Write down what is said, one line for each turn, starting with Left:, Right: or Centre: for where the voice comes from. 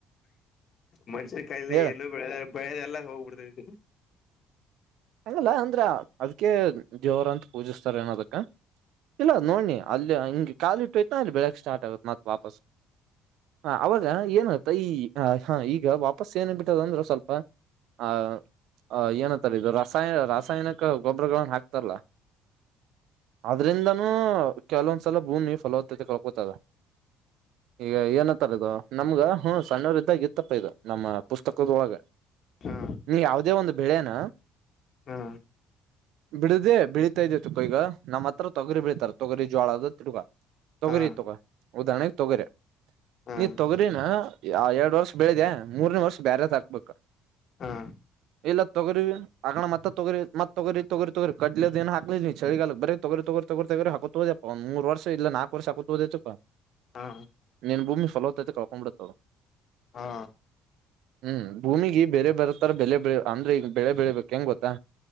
Left: ಮನುಷ್ಯನ್ ಕಾಯಲ್ಲಿ
Right: ಹೇಳ
Left: ಎಲ್ಲೂ ಬೆಳದ ಬೆಯೆದ ಎಲ್ಲ ಹೋಗ್ಬಿಡ್ತ ಇದ್ದ
Right: ಹಂಗಲ್ಲ ಅಂದ್ರ ಅದ್ಕ ದೇವರ ಅಂತ ಪೂಜಿಸ್ತಾರ ಏನದಕ್ಕೆ ಕಾ ಇಲ್ಲ ನೋಡ್ಿ ಅಲ್ಲಿ ಹಗೆ ಕಾಲ ಇಟ್ಟುೋಯ್ತು ನ ಅಲ್ಲಿ ಬೆಳಗ್ ಸ್ಟಾರ್ಟ್ ಆಗುತ್ತೆ ಮತ್ತ ವಾಪಸ್ ಹ ಅವಾಗ ಏನಾಯಯ್ತ ಈ ಹ ಈಗ ವಾಪಸ್ ಏನ ಬಿಟ್ಟದಂದ್ರೆ ಸ್ವಲ್ಪ ಆ ಏನತ್ತಾರ ಇದರ ರಾಯ ರಾಸಾಯನಿಕ ಗೊಬ್ಬರಗಳನ್ನ ಹಾಕ್ತಾರಲ್ಲ ಆದದ್ರಿಂದನೂ ಕೆಲವೊಂದ್ಸಲ ಭೂಮಿ ಫಲವತ್ತತೆ ಕಕತದ ಈಗ ಏನತ್ತಾರದು ನಮ್ಗ ಹ ಸಣ್ಣವರು ಇದ್ದಾಗ ತಪ್ಪ ಇದು ನಮ್ಮ ಪುಸ್ತಕದ ಒಳಗೆ
Left: ಹಾ
Right: ನೀ ಯಾವದೇ ಒಂದು ಬೆಳೆನ
Left: ಹಾ
Right: ಬಿಡುದೇ ಬಿಳಿತಾ ಇದ ತಪ್ಪ ಈಗ ನಮ್ಮ ಹತ್ರ ತೊಗರಿ ಬೀತಾರ ತೊಗರಿ ಜೋಳದ ತಿಡ್ಗಾ ತಗರಿ
Left: ಹಾ
Right: ತಗ ಉದಾಹರಣೆ ತೊಗರೆ
Left: ಹಾ
Right: ನೀ ತೊಗರಿಿನ ಆ ಎರಡು ವರ್ಷ ಬೆಳಿದೆ ಮೂರನೇ ವರ್ಷ ಬ್ಯರೆಸ್ ಹಾಕ್ಬೇಕ
Left: ಹಾ
Right: ಎಲ್ಲ ತೊಗರಿಿವ ಆಗಣ ಮತ್ತತ್ ತಗರಿತ್ ತಗರಿ ತಗರಿ ತಗರಿ ಕಡ್ಲದ ಏ ಹಾಕ್ಿದ್ ಚಳಗಾಲಕ್ ಬ್ರ ತಗರಿ ತಗರಿ ತಗರಿ ತಗರಿಾಕತೋದಪ್ಪ ಒಂದ ಮೂರ್ ಇಾ ನಾಕಕ್ರ್ ಹಾಕತ ಹೋದುಪ್ಪ
Left: ಹಾ
Right: ಏನು ಭೂಮಿ ಫಲ ಹೊತ್ತತೈತೆ ಕಳ್ಕೊಂಡ್ ಬಿಿಡತದೆ
Left: ಹಾ
Right: ಹ್ಮ್ ಭೂಮಿಗ ಬೇರೆ ಬರತರ ಬೆಳ ಬೆಳೆ ಅಂದ್ರೆ ಈಗ ಬೆಳೆ ಬೆಳಬೇಕು ಕೆ ಹೆಂಗ್ ಗೊತ್ತಾ